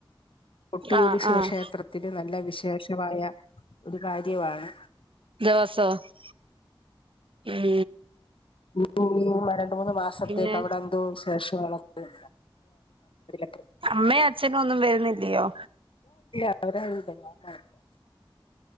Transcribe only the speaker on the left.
കൊട്ടിയരി
ശിവക്ഷേത്രത്തില്
നല്ല വി ശേഷമായ ഒരു കാര്യവാണ്
ഉ <unintelligible> മൂന്ന് മാസത്തെേക്കവിടെന്തോ
വി ശേഷങ്ങളൊക്കെ <unintelligible>
അവരരൂല്ല ഞാൻ മാത്രം